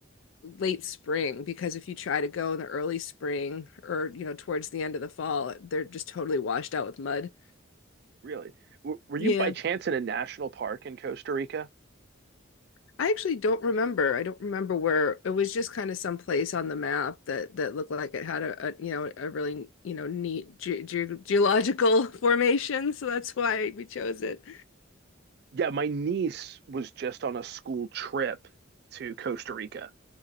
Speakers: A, on the left; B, on the right.
A: late spring because if you try to go in the early spring or, you know, towards the end of the fall, they're just totally washed out with mud.
B: Really? W were you
A: Yeah.
B: by chance in a national park in Costa Rica?
A: I actually don't remember. I don't remember where it was just kind of some place on the map that that looked like it had a, a you know a really you know neat ge ge geological <laughs> formation, so that's why we chose it.
B: Yeah, my niece was just on a school trip to Costa Rica.